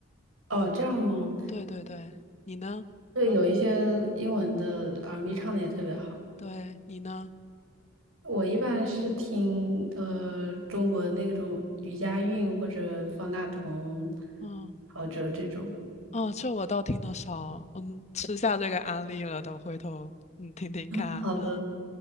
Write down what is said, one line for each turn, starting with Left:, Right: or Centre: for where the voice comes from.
Right: 哦，这样吗？
Left: 对对对，你呢？
Right: 对，有一些英文的 R&B n 唱的也特别好。
Left: 对，你呢？
Right: 我一般是听呃中国那种吕佳韵或者方大同、
Left: 嗯嗯。
Right: 陶喆这种。
Left: 哦，这我倒听得少，嗯，吃下这个安利了，等回头嗯听听看啊。
Right: 好的，